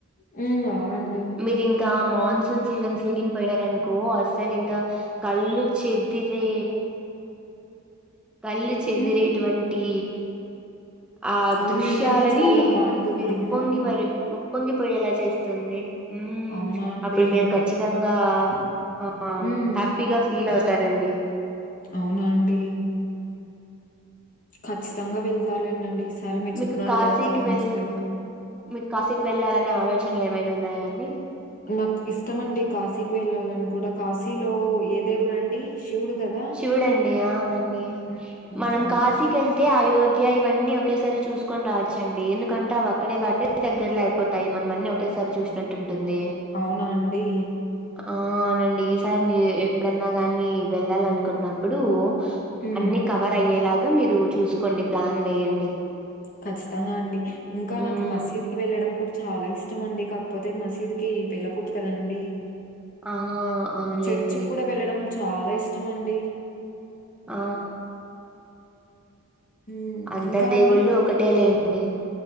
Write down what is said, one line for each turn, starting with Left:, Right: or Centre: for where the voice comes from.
Left: హ్మ్. అవునండి.
Centre: మీరిం. ఇంకా మాన్సూన్ సీజన్స్ లో కిని పోయినారు అనుకో అస్సలు ఇంకా. కళ్ళు చెదిరే. కళ్ళు చెదిరేటువంటి.
Left: హ్మ్.
Centre: ఆ
Left: అవునులేండండి.
Centre: దృశ్యాలని
Left: చాలా బావుంటుంది.
Centre: మీరు ఉపొంగి
Left: హ్మ్.
Centre: పరి. ముప్పొంగి పొయేలా చేస్తుంది ఉమ్
Left: అవునా అండి?
Centre: అప్పుడు మీరు ఖచ్చి. నిధంగా ఆ
Left: హ్మ్.
Centre: హ్యాపీగా ఫీల్ అవుతారండి.
Left: అవునండి. ఖచ్చితంగా వెళ్తాలే న నాన్న ఈ సారి మీరు
Centre: మీకు
Left: చెప్పన్నారు
Centre: కాశీకి
Left: కదా తప్పనిసరిగా.
Centre: వెళ్ మీకు కాసికి వెళ్ళాలనే ఆలోచనలు లే మైనవున్నాయండి.
Left: మకు ఇష్టమండి కాశీకి వెళ్ళాలని కూడా కాశీలో ఏదేవుడుండి. శివుడు కదా.
Centre: శివుడండి అవునండి
Left: హ్మ్.
Centre: మనం
Left: అవును.
Centre: కాశీకేల్. అంటే అయోధ్య ఇవన్నీ ఒకేసారి చూసుకొని రావచ్చండి ఎందుకంటే అవి అక్కడే కాబట్టి దగ్గరలో ఐ. పోతాయి మన మన్ని ఒకేసారి చూసినట్టుటుంటుంది.
Left: అవునాండి.
Centre: ఆ అవునండి ఈసారి మీరు ఎప్పుడన్నా గానీ వెళ్ళాల అనుకున్నప్పుడూ.
Left: హ్మ్.
Centre: అన్ని కవర్ అయ్యేలాగా మీరు చూసుకోండి ప్లాన్ వేయండి.
Left: ఖచ్చితంగా అండి ఇంకా
Centre: హ్మ్
Left: నాకు మసీద్. వెళ్ళడం కూడా చాలా ఇష్టం అండి కాకపోతే మసీద్ కి వెళ్ళకూడదు కదండి
Centre: ఆ అవునులేండి
Left: చర్చి కూడా వెళ్ళడం చాలా ఇష్టం అండి
Centre: ఆ
Left: ఉమ్
Centre: అందరు
Left: ఇంకా అండి
Centre: దేవుళ్ళు ఒకటే లేండి